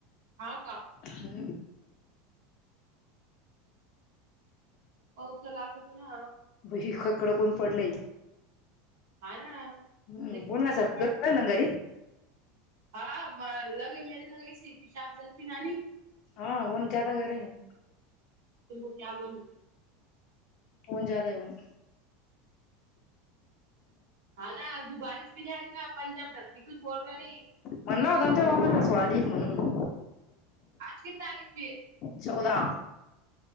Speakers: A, on the right; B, on the left.
A: हा का?
B: हा
A: पाऊस तर लागत ना.
B: ही कडक उन पडलंय.
A: हा ना.
B: हम्म
A: लय
B: बोलण्या
A: कडक
B: सारखं
A: ऊन पडलं
B: घरी पडेल ना घरी.
A: हा म लगे मेरी लगेची पिशाब जलती न <unintelligible>
B: हा ऊन न ज्यादा आहेरंग.
A: तुमको क्या बोलू
B: ऊन ज्यादा आहे ऊन
A: हा ना तू बारिश भी नाही आ री ना पंजाब टकी कुछ बोल र नाही.
B: म्हणला होता ते पण ह सोळालीईल म्हणून <unintelligible>
A: आज ची तारीख वीेस
B: चौदा